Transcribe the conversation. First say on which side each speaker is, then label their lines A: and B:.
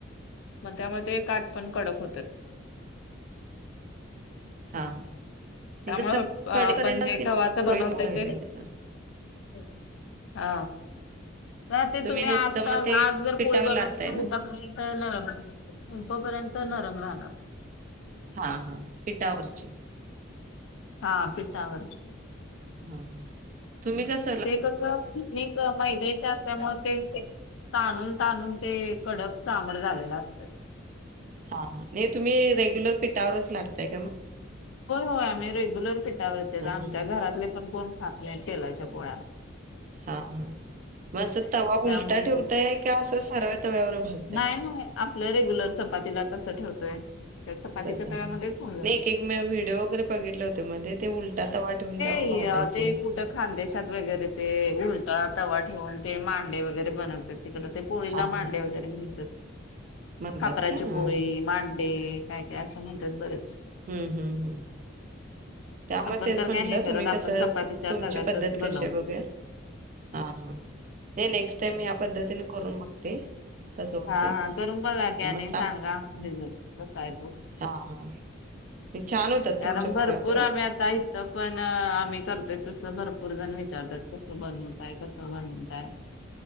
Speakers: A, on the left; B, on the right.
A: मग त्यामध्ये ते काठ पण कडक होतात.
B: हा हे
A: त्यामुळे
B: कसं कडेपर्यंत
A: आपण
B: अशी
A: जे गव्हाचं बनवतय
B: पोळी मऊ राहिली
A: ते
B: पाहिजे असं
A: हो हा हा ते तुम्ही
B: नुसतं
A: आता
B: मग ते
A: आज जर
B: पिठावर
A: पोळी बघाली
B: लाटताय
A: तर
B: ना
A: उद्या- अ नरम राहनार संपूपर्यंत नरम राहणार.
B: हा हा! ! पिठावरची?
A: हा पिठावरची..
B: हा हा तुम्ही कस
A: ते कसं <unintelligible> मैद्याच्या त्यामुळे ते ताणून ताणून ते कडक घामट झालेल असतय
B: हा हा हे तुम्ही रेग्युलर पिठावरच लाटताय काय मग
A: होय होय आम्ही रेग्युलर पिठावरचे
B: हा
A: आमच्या
B: हा
A: घरातले पण कोण खात नाही तेलाच्या पोळ्या
B: हा हा मग अस तवा
A: त्यामुळे
B: उलटा ठेवताय का असं सरळ तव्यावर भाज
A: नाही नाही आपलं रेग्युलर चपातीला कसं ठेवतोय त्या चपातीच्या
B: तसं हा
A: तव्यामध्येच होऊन जातात
B: नाही एक
A: ते.
B: मी व्हिडिओ वगैरे बघितले होते मध्ये ते उलटा तवा ठेवून त्यावर
A: <unintelligible>
B: भाजायचे
A: खानदेशात वगैरे ते उलटा तवा ठेवून ते मांडे वगैरे बनवतात तिकड ते पोळीला
B: हा
A: मांडे
B: हा
A: वगैरे म्हणतात
B: म्हणतात
A: खापराची
B: का? हां,
A: पोळी
B: हां.
A: मांडे काय काय असं म्हणतात बरेच
B: हम्म हम्म हम्म त्यामुळे
A: आपण
B: तेच
A: तर
B: म्हंटलं
A: काय नाही करत
B: तुम्ही कसं
A: आपण चपातीच्या
B: तुमची
A: तव्यातच
B: पद्धत
A: बनवतो
B: कशी आहे बघूया हा हा हे नेक्स्ट टाइम ह्या पद्धतीने करून बघते कसं होतंय.
A: हा हा करून बघा की
B: मग
A: आणि सांगा रिझल्ट कसा आहे तो
B: हा हा छान होतात
A: कारण
B: तुमच्या पोळ्या
A: भरपूर
B: खर
A: आम्ही आता इथं पण आम्ही करतोय तस भरपूर जण विचारतात बनवताय कसं बनवताय